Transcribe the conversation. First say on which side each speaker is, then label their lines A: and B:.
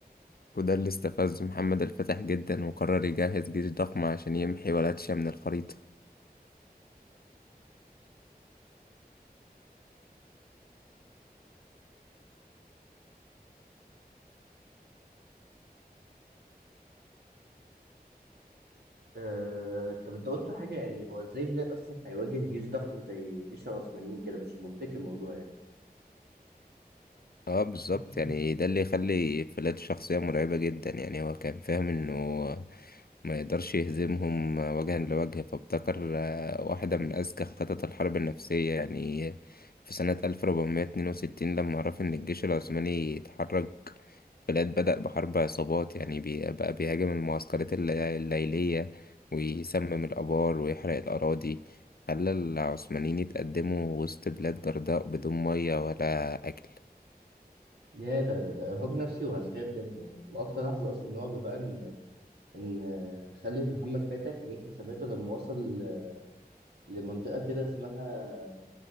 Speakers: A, on the left; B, on the right.
A: وده اللي استفزه محمد الفتح جدا وقرر يجهز جيش ضخم عشان يمحي ولاية شيعة من الخريطة
B: آه، طب انت قلت حاجة يعني هو ازاي بلاد اصلا هيواجه جيش ضخم زي جيش العثمانيين كده مش منطقي الموضوع يعني
A: اه بالظبط
B: <clears throat>
A: يعني ده اللي يخلي فلات شخصية مرعبة جدا يعني هو كان فاهم انه ما يقدرش يهزمهم وجها لوجه فابتكر آه، واحدة من أذكى خطط الحرب النفسية يعني في سنة 1462 لما عرف إن الجيش العثماني يتحرك فلات بدأ بحرب عصابات يعني بي- بقى بيهاجم المعسكرات الل- الليلية ويسمم الآبار ويحرق الأراضي خلى العثمانيين يتقدموا وسط بلاد جرداء بدون مية ولا أكل
B: يا ده ده ارهاق نفسي وعسكري بجد يعني واكتر لحظة اصلا رعب بقى ان ان آه، خلت محمد فاتح يعيد حساباته لما وصل آه، لمنطقة كده اسمها